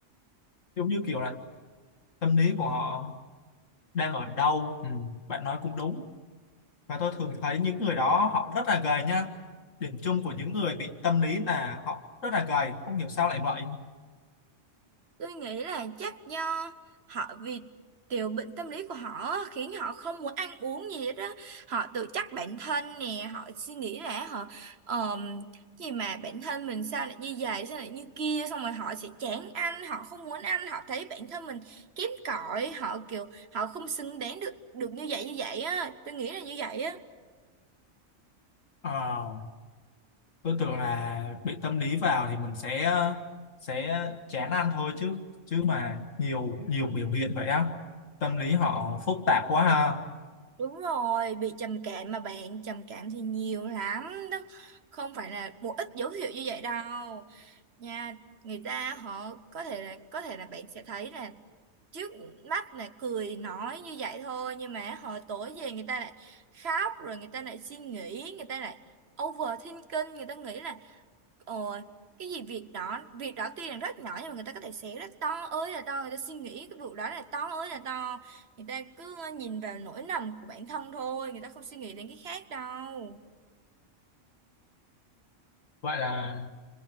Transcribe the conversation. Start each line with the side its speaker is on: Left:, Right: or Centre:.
Left: giống như kiểu là tâm lý của họ đang ở đâu ừ, bạn nói cũng đúng và tôi thường thấy những người đó họ rất là gầy nha điểm chung của những người bị tâm lý là họ rất là gầy không hiểu sao lại vậy
Right: Tôi nghĩ là chắc do họ vì tiểu bệnh tâm lý của họ á, khiến họ không muốn ăn uống gì hết á. Họ tự trách bản thân nè, họ suy nghĩ là họ ờm, gì mà bản thân mình sao lại như vậy, sao lại như kia, xong rồi họ sẽ chán ăn, họ không muốn ăn, họ thấy bản thân mình kém cỏi, họ kiểu họ không xứng đáng được được như vậy như vậy á. Tôi nghĩ là như vậy á.
Left: Ờ, tôi tưởng là bị tâm lý vào thì mình sẽ sẽ chán ăn thôi chứ chứ mà nhiều nhiều biểu hiện vậy á tâm lý họ phức tạp quá ha
Right: Đúng rồi, bị trầm cảm mà bạn, trầm cảm thì nhiều lắm đó. Không phải là một ít dấu hiệu như vậy đâu nha người ta họ có thể là có thể là bạn sẽ thấy là trước mắt là cười nói như vậy thôi nhưng mà họ tối về người ta lại khóc rồi người ta lại suy nghĩ người ta lại overthinking người ta nghĩ là Ồ, cái gì việc đó việc đó tuy là rất nhỏ nhưng mà người ta có thể xé rất to ơi là to người ta suy nghĩ cái vụ đó là to ơi là to người ta cứ nhìn vào nỗi lầm của bản thân thôi người ta không suy nghĩ đến cái khác đâu
Left: Vậy là